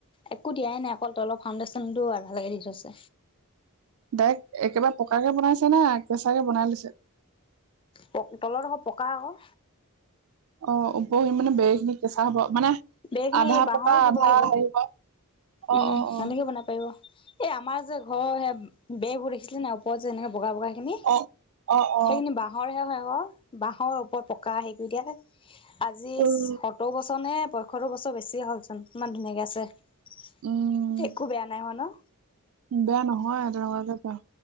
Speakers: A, on the left; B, on the right.
A: একো দিয়াই নাই, অকল তলৰ অলপ ফাউণ্ডেশ্যনতটো আধালেকে দি থৈছে।
B: ডাইৰেক্ট একেবাৰে পকাকে বনাইছে না কেঁচাকে বনাই লৈছে।
A: পক তলত দোখৰ পকা আকৌ।
B: অহ ওপৰ খিনি মানে বেৰ খিনি কেঁচা হব মানে।
A: বেৰ খিনি
B: আধা
A: বাঁহৰো
B: পকা
A: দিব
B: আধা
A: পাৰিব উ
B: হেৰি হ'ব অ',
A: উম
B: অ',
A: তেনেকে
B: অ',
A: বনাব পাৰিব। এ আমাৰ যে ঘৰৰ সে বেবোৰ দেখিছিলে নে ওপৰত যে এনেকে বগা বগা। সেইখিনি
B: অ', অ', অ',
A: সেইখিনি বাঁহৰ ৰে হয ক বাঁহৰ ওপৰত পকা হেৰি কৰি দিয়া। আজি
B: উম,
A: সত্তৰ বছৰ নে পয়সত্তৰ বছৰ বেছিয়ে হলচোন ইমান ধুনীয়াকে আছে।
B: উম,
A: একো বেয়া নাই হোৱা ন।
B: বেয়া নহয় তেনেকুৱে বেয়া।